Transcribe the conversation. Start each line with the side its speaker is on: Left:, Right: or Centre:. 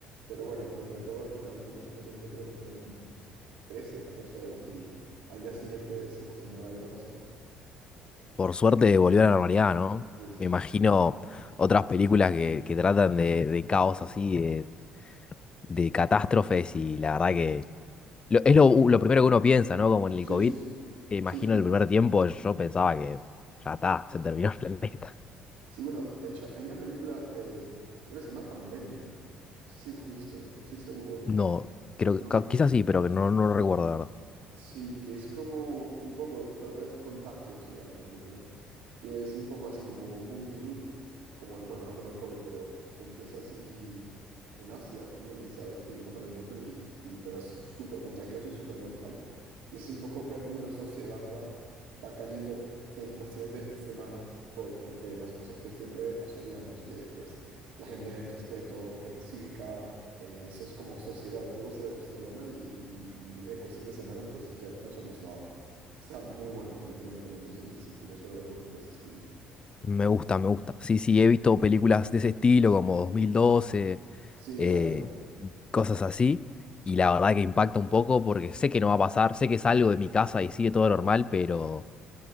Right: Pero bueno, entre todo, al final duró solamente creo que fueron 13 14 horas y al día siguiente es como si nada hubiera pasado.
Left: Por suerte volvió a la normalidad, ¿no?
Right: Sí, sí,
Left: Me imagino
Right: sí, sí.
Left: otras películas que, que tratan de, de caos así, de, de catástrofes y la verdad que lo- es lo, lo primero que uno piensa, ¿no? Como en el
Right: Sí,
Left: COVID,
Right: sí, sí.
Left: me imagino
Right: Sí.
Left: el primer tiempo yo pensaba que ya está, se terminó el planeta.
Right: Sí, bueno, de hecho hay una película de, creo que se llama Pandemia. No sé si la has visto, no estoy seguro.
Left: No, creo
Right: No.
Left: que ca- quizás sí, pero que no, no lo recuerdo, la verdad.
Right: Sí, que es como un poco, trata de contagio, se llama la película, que es un poco así como un virus, como, bueno, no como el COVID, pero que empieza así en Asia también y se va distribuyendo por el mundo, y, y- pero es súper contagioso y súper mortal. Y es un poco ver cómo la sociedad va, va cayendo en cuestión de semanas, por, porque las cosas que siempre asumíamos, que pues la gente del respeto, gente cívica eh, eso como sociedad, todo se desmorona y, y- y en cuestión de semanas pues ya no somos nada. Está muy bueno, también te lo recomiendo si, si quieres ver algo de ese estilo.
Left: Me gusta, me gusta. Sí, sí, he visto películas de ese estilo como 2012.
Right: Sí,
Left: eh,
Right: exacto,
Left: y cosas así. Y la verdad que impacta un poco porque sé que no va a pasar, sé que salgo de mi casa y sigue todo normal, pero